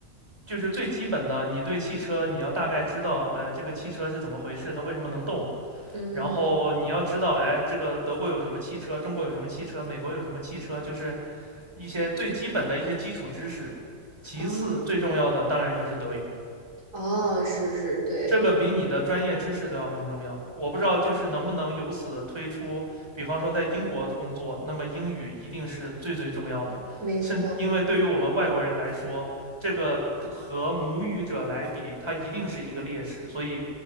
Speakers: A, on the right; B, on the right.
A: 就是最基本的，你对汽车你要大概知道，呃，这个汽车是怎么回事，它为什么能动，
B: 嗯，
A: 然后你要知道，哎，这个德国有什么汽车，中国有什么汽车，美国有什么汽车，就是一些最基本的一些基础知识。其次，
B: 哦
A: 最重要的当然就是德语。
B: 哦，是是，对，
A: 这个比你的专业知识都要更重要。我不知道，就是能不能由此推出，比方说在英国工作，那么英语一定是最最重要的，
B: 没错。
A: 甚因为对于我们外国人来说，这个和母语者来比，他一定是一个劣势，所以